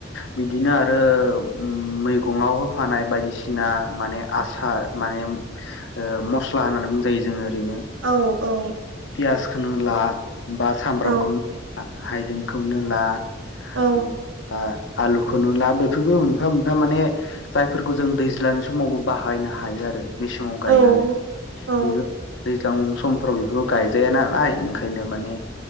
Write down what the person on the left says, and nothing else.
बिदिनो आरो मैगंआव होफानाय बायदिसिना माने आसार माने अ मस्ला होननानै बुंजायो जोङो दिनो
पियास खौनो ला बा सामब्रामखौ
ला हायजें खौनो ला
उ आ आलुखौनो ला बेफोरबो मोनफा-मोनफा माने जायफोरखौ जों दैज्लांनि समावबो बाहायनो हायो आरो मेसेंङाव गायनानै
निजत दैज्लां समफोराव बेखौ गायजाया नालाय ओंखाय- नो माने